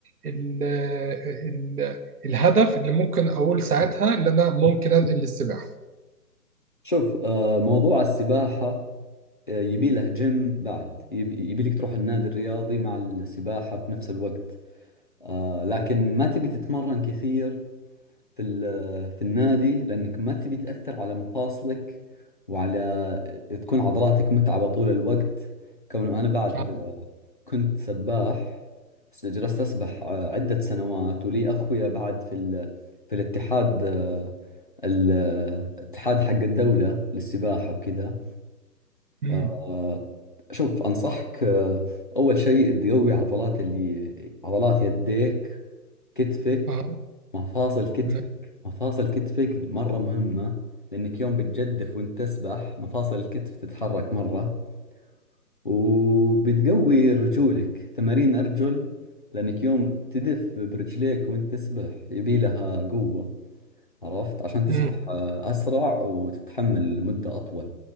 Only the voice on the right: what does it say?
ال ال الهدف اللي ممكن اقول ساعتها اللي انا ممكن انقل للسباحه
اه
امم
اه
تمام.
امم